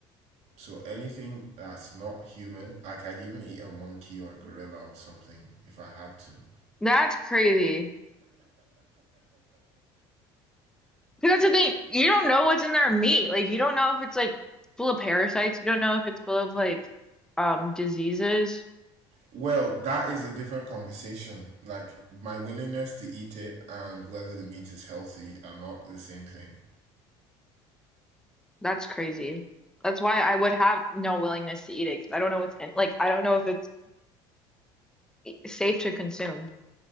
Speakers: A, on the right; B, in the centre.
A: So anything that's not human, like I'd even eat a monkey or a gorilla or something if I had to.
B: That's crazy. 'Cause that's the thing. You don't know what's in their meat. Like you don't know if it's like full of parasites. You don't know if it's full of like um diseases.
A: Well, that is a different conversation. Like my willingness to eat it and whether the meat is healthy are not the same thing.
B: That's crazy. That's why I would have no willingness to eat it 'cause I don't know what's in like I don't know if it's safe to consume.